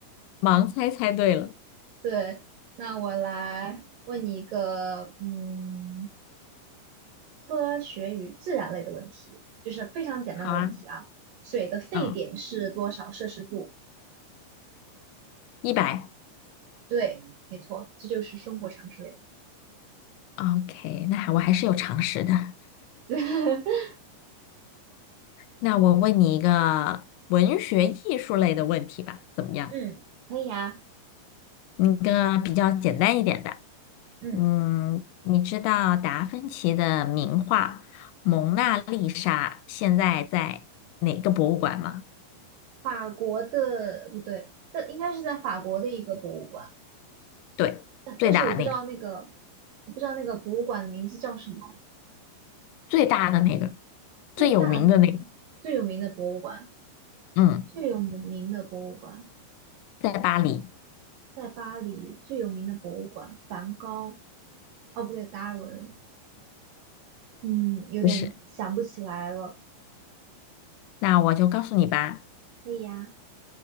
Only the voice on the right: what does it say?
对，那我来问你一个，嗯。科学与自然类的问题，就是非常简单的问题啊。
水的沸点是多少摄氏度？
对，没错，这就是生活常识类
的。<laughs>
嗯，可以呀、
嗯，
法国的不对，这应该是在法国的一个博物馆，
但但是我不知道那个，
我不知道那个博物馆的名字叫什么。
最大的那个，
最有名的博物馆，
最有名的博物馆
在巴黎，最有名的博物馆，梵高，哦不对，达尔文，嗯，有点想不起来了。
可以呀、